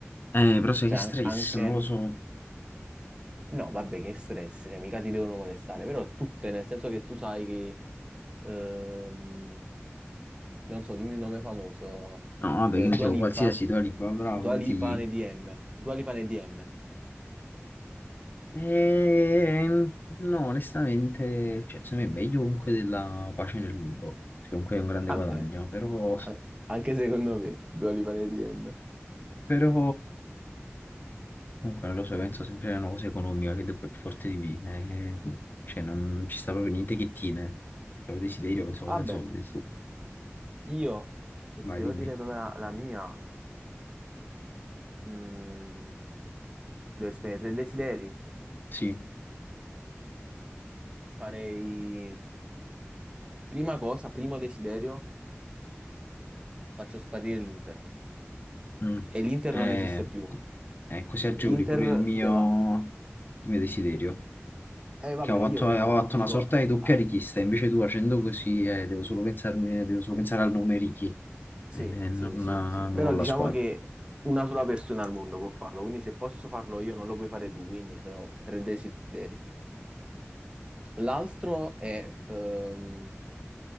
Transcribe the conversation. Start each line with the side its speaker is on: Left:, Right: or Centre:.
Left: Eh, però sai
Right: cioè
Left: che stress,
Right: an- anche
Left: non lo so. No,
Right: No, vabbè, che stress, cioè mica ti devono molestare, però tutte, nel senso che tu sai che, ehm, non so, dimmi un nome famoso,
Left: vabbè,
Right: eh,
Left: che ne
Right: Dua
Left: so,
Right: Lipa,
Left: qualsiasi tua lingua, bravo,
Right: Dua Lipa
Left: ti,
Right: nei DM, Dua Lipa nei DM.
Left: Ehm, no, onestamente, cioè, secondo me è meglio comunque della pace nel mondo, perché comunque è un grande
Right: Vabbè,
Left: guadagno, però,
Right: a- anche secondo me, Dua Lipa nei DM.
Left: però comunque non lo so, penso sempre a una cosa economica che dopo è più forte di me, eh, cioè non ci sta proprio niente che tiene, cioè desiderio, penso
Right: Vabbè,
Left: cosa di soldi, su,
Right: io, se
Left: vai
Right: ti devo
Left: dimmi,
Right: dire proprio la, la mia, mm, devo esprimere tre desideri,
Left: sì,
Right: farei, prima cosa, primo desiderio, faccio sparire l'Inter,
Left: mm.
Right: e l'Inter
Left: Eh,
Right: non esiste più.
Left: eh, così agevoli
Right: L'Inter
Left: pure il mio,
Right: deve,
Left: il mio desiderio.
Right: Eh, vabbè,
Left: Che ho fatto,
Right: io però
Left: ho fatto
Right: dico,
Left: una sorta di doppia
Right: ah,
Left: richiesta, invece tu facendo così eh, devo solo pensarmi, devo solo pensare al nome Ricky
Right: sì,
Left: e non,
Right: sì, sì, sì, però
Left: non alla
Right: diciamo
Left: squadra.
Right: che una sola persona al mondo può farlo, quindi se posso farlo io non lo puoi fare tu, quindi sono tre desideri. L'altro è ehm,